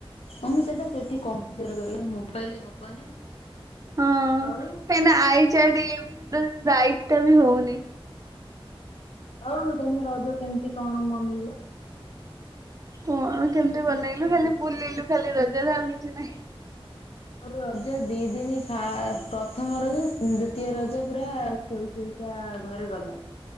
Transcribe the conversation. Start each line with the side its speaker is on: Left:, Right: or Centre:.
Left: ତୋମେ ସେଇଟା ସେଠି କମ୍ପ୍ୟୁଟର ରେ କରିବ ମୋବାଇଲ୍ ରେ ହବନି ନା।
Right: ହଁ,
Left: ଆଉ
Right: କାହିଁକି ନା ଆଇ ଚାଟ୍ ଇଏ ବି ସେଥିରେ ରାଇଟ୍ ଟା ବି ହଉନି।
Left: ଆଉ ତୋମେ ରଜ କେମିତି କଣ ମନେଇଲ?
Right: କଣ କେମିତି ବନେଇଲୁ, ଖାଲି ବୁଲିଲୁ ଖାଲି ରଜରେ ଆଉ କିଛି ନାହିଁ।
Left: ରଜ ଦି ଦିନି ଫା- ପ୍ରଥମ ରଜ ଉଁ, ଦ୍ଵିତୀୟ ରଜ ପୁରା ଶୋଇ ଶୋଇ କା ଘରେ ଗଲା